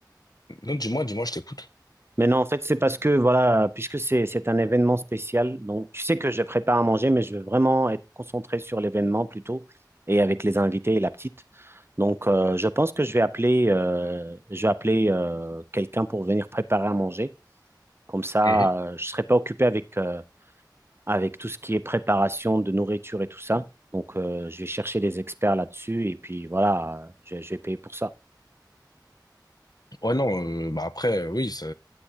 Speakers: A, on the left; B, on the right.
A: Non, dis-moi, dis-moi, je t'écoute.
B: Mais non, en fait, c'est parce que, voilà, puisque c'est c'est un événement spécial, donc tu sais que je prépare à manger, mais je veux vraiment être concentré sur l'événement plutôt et avec les invités et la petite. Donc, euh, je pense que je vais appeler, euh, je vais appeler euh, quelqu'un pour venir préparer à manger. Comme ça,
A: Mhm.
B: euh, je serai pas occupé avec, euh, avec tout ce qui est préparation de nourriture et tout ça. Donc, euh, je vais chercher des experts là-dessus et puis voilà, euh, je, je vais payer pour ça.
A: Ouais, non, euh, bah après, euh, oui, ça,